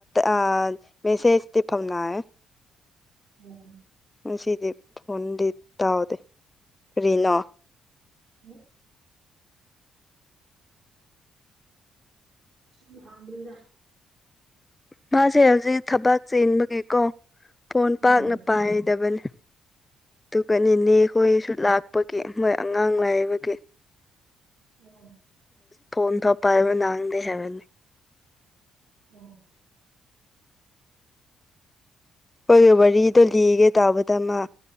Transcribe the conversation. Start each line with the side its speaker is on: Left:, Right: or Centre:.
Left: ꯑꯥ ꯃꯦꯁꯦꯖꯗꯤ ꯐꯥꯎꯅꯩ
Right: ꯎꯝ
Left: ꯉꯁꯤꯗꯤ ꯐꯣꯟꯗꯤ ꯇꯥꯎꯗꯦ ꯀꯔꯤꯅꯣ
Right: ꯎꯝ ꯁꯨꯝ ꯍꯥꯡꯕꯅꯤꯗ
Left: ꯃꯥꯁꯦ ꯍꯧꯖꯤꯛ ꯊꯕꯥꯛ ꯆꯦꯟꯕꯒꯤꯀꯣ ꯐꯣꯟ
Right: ꯎꯝ
Left: ꯄꯥꯛꯅ ꯄꯥꯏꯗꯕꯅꯤ ꯑꯗꯨꯒ ꯅꯤꯅꯦ ꯍꯣꯏꯁꯨ ꯂꯥꯛ ꯄꯒꯤ ꯃꯣꯏ ꯑꯉꯥꯡ ꯂꯩꯕꯒꯤ
Right: ꯎꯝ
Left: ꯐꯣꯟꯗꯣ ꯄꯥꯢꯕ ꯅꯪꯗꯦ ꯍꯥꯏꯕꯅꯤ
Right: ꯑꯣ
Left: ꯈꯣꯢ ꯋꯥꯔꯤꯗꯣ ꯂꯤꯒꯦ ꯇꯥꯕꯗ ꯃꯥ